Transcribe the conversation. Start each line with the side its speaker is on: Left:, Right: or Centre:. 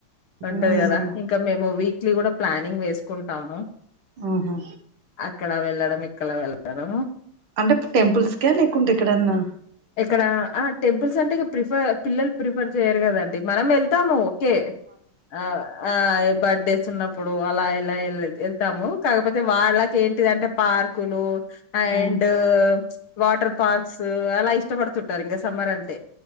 Left: ఉంటది
Right: ఉమ్.
Left: కదా ఇంకా మేము వీక్లీ కూడా ప్లానింగ్ చేసుకుంటాము
Right: ఆహా
Left: అక్కడ వెళ్ళడం ఇక్కడ వెళ్ళడం
Right: అంటే టెంపుల్స్ కా లేకుంటే ఎక్కడన్నా
Left: ఎక్కడ ఆ టెంపుల్స్ అంటే ఇ ప్రిఫర్ పిల్లలు ప్రిఫర్ చెయ్యరు కదండి మనం వెళ్తాము ఓకే ఆ ఆ బర్త్డేస్ ఉన్నప్పుడు అలా ఇలా వెళ్తాము కాకపోతే వాళ్ళకి ఏంటిదింటే పార్కులు అండ్
Right: ఉమ్.
Left: వాటర్ పార్క్స్ అలా ఇష్టపడుతుంటారు ఇంకా సమ్మర్ అంటే